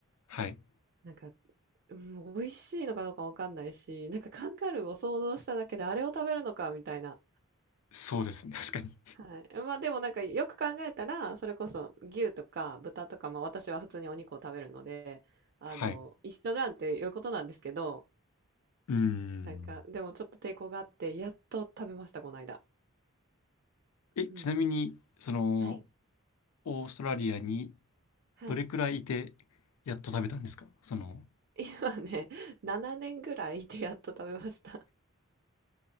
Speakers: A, on the left; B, on the right.
A: はい。
B: なんか、うん、美味しいのかどうかわかんないし、なんかカンガルーを想像しただけであれを食べるのかみたいな
A: そうですね、確かに。
B: はい。まあでもなんかよく考えたら、それこそ牛とか豚とか、まあ私は普通にお肉を食べるので、あの、
A: はい。
B: 一緒じゃんっていうことなんですけど、
A: うーん。
B: なんか、でもちょっと抵抗があって、やっと食べました、この間。
A: え、ちなみに、
B: うん。
A: その、
B: はい。
A: オーストラリアに
B: はい。
A: どれくらいいて、やっと食べたんですかその、
B: 今ね、7年ぐらいいてやっと食べました。